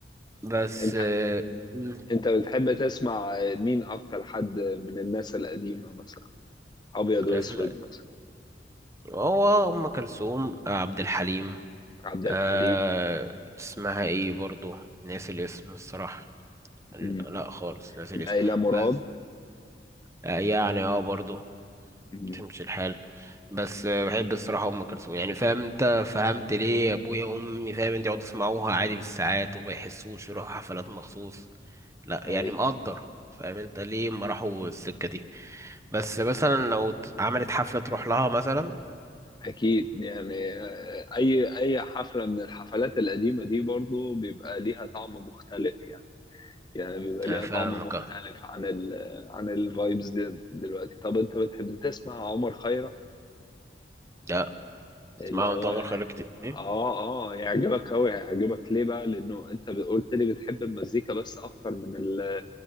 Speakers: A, on the right; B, on the left.
A: بس
B: انت
A: آه، مم،
B: انت بتحب تسمع مين اكتر حد من الناس القديمه مثلا ابيض واسود
A: في ال-
B: مثلا
A: هو ام كلثوم آه، عبد الحليم
B: عبد الحليم
A: أه اسمها ايه برضو ناسي الاسم الصراحه
B: مم.
A: لا خالص ناسي الاسم
B: ليلى مراد
A: بس آه، يعني اه برضه
B: مم.
A: تمشي الحال بس آه، بحب الصراحة أم كلثوم يعني فاهم أنت فهمت ليه أبويا وأمي فاهم أنت يقعدوا يسمعوها عادي بالساعات وما يحسوش يروحوا حفلات مخصوص لا يعني
B: ايوه
A: مقدر فاهم أنت ليه ما راحوا السكة دي بس مثلا لو ت- عملت حفلة تروح لها مثلا
B: أكيد يعني آه، أي أي حفلة من الحفلات القديمة دي برضو بيبقى ليها طعم مختلف يعني يعني بيبقى ليها
A: آه، فاهمك
B: طعم مختلف
A: آه.
B: عن ال عن الفايبز دي دلوقتي طب أنت بتحب تسمع عمر خيرت
A: لا اسمعوا
B: اللي هو
A: أنت عمر خيرك كتير
B: آه آه يعجبك أوي هيعجبك ليه بقى لأنه أنت قلت لي بتحب المزيكا بس أكتر من ال